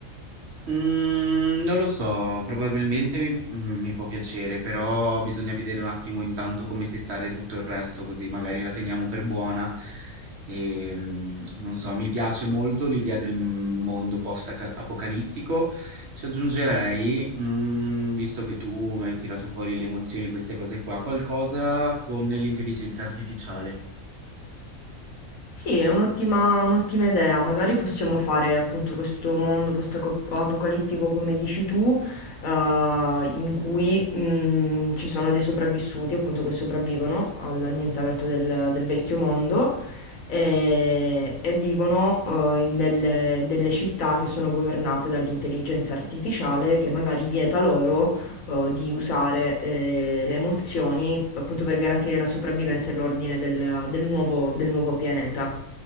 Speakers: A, on the right (about 60°); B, on the left (about 80°).
A: Mhmm, non lo so, probabilmente mi mhmm, mi può piacere, però bisogna vedere un attimo intanto come settare tutto il resto, così magari la teniamo per buona. Ehm, non so, mi piace molto l'idea del mondo post-aca apocalittico. Ci aggiungerei, mhmm, visto che tu hai tirato fuori le emozioni, queste cose qua, qualcosa con l'intelligenza artificiale.
B: Sì, è un'ottima un'ottima idea, magari possiamo fare appunto questo mondo post-apocalittico come dici tu, eh, in cui mh, ci sono dei sopravvissuti appunto che sopravvivono all'annientamento del, del vecchio mondo e, e vivono eh, in delle, in delle città che sono governate dall'intelligenza artificiale che magari vieta loro eh, di usare eh, le emozioni appunto per garantire la sopravvivenza e l'ordine del, del nuovo, del nuovo pianeta.